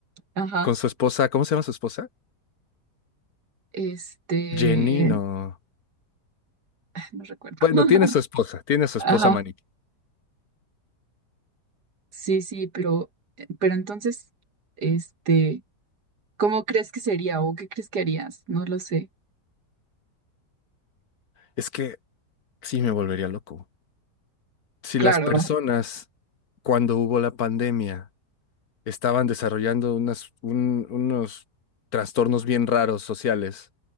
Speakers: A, on the right; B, on the left.
A: Ajá.
B: Con su esposa, ¿cómo se llama su esposa?
A: Este,
B: Jenny, no.
A: no recuerdo.
B: Bueno,
A: <laughs>
B: tiene su esposa, tiene su esposa
A: ajá
B: Manique.
A: Sí, sí, pero, eh, pero entonces, este, ¿cómo crees que sería o qué crees que harías? No lo sé.
B: Es que sí me volvería loco. si
A: Claro,
B: las personas, cuando hubo la pandemia, estaban desarrollando unas, un- unos trastornos bien raros sociales